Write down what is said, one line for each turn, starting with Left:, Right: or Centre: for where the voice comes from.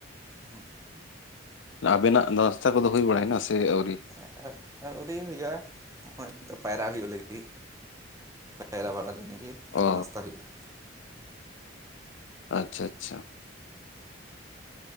Right: ᱦᱩᱸ᱾
Left: ᱟᱵᱮᱱᱟᱜ ᱱᱟᱥᱛᱟ ᱠᱚᱫᱚ ᱦᱩᱭ ᱵᱟᱲᱟᱭᱮᱱᱟ ᱥᱮ ᱟᱹᱣᱨᱤ?
Right: <unintelligible> ᱟᱹᱣᱨᱤ ᱦᱩᱭᱩᱜ-ᱟ, ᱦᱚᱸᱜ-ᱚᱭ ᱱᱤᱛᱳᱜ ᱯᱟᱭᱨᱟᱜ ᱦᱩᱭᱩᱜ ᱞᱟᱹᱜᱤᱫ ᱯᱟᱭᱨᱟ ᱵᱟᱲᱟ ᱞᱮᱱ ᱜᱮ᱾ ᱟᱫᱚ
Left: ᱚ
Right: ᱱᱟᱥᱛᱟ ᱦᱩᱭᱩᱜ-ᱟ᱾
Left: ᱟᱪᱪᱷᱟ ᱟᱪᱪᱷᱟ᱾